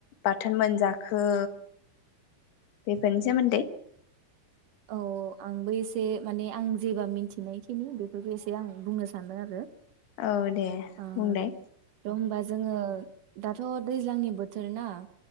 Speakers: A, on the left (about 80°); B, on the right (about 65°).
A: बाथोन मोनजाखो बेफोरनि सोमोन्दै
B: औ आंबो एसे माने आं जेबा मिन्थिनायखिनि बेफोरखौ एसे आं बुंनो सान्दों आरो।
A: औ दे
B: ओ
A: बुंलाय
B: द' होमबा जोङो दाथ' दैज्लांनि बोथोर ना